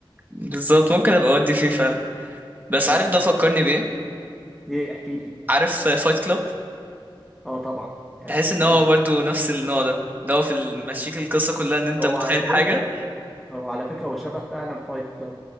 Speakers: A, on the right; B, in the centre.
A: بالظبط ممكن أبقى أودي فيه فعلا بس
B: لا
A: عارف ده فكرني بإيه؟
B: إيه احكي لي
A: عارف فايت كلاب؟
B: آه طبعا يا
A: تحس
B: سلام
A: ان هو برضو نفس النوع ده اللي هو في المشيك القصه كلها ان انت
B: هو
A: متخيل
B: على فكرة
A: حاجه
B: هو على فكرة هو شبه فعلا فايت كلاب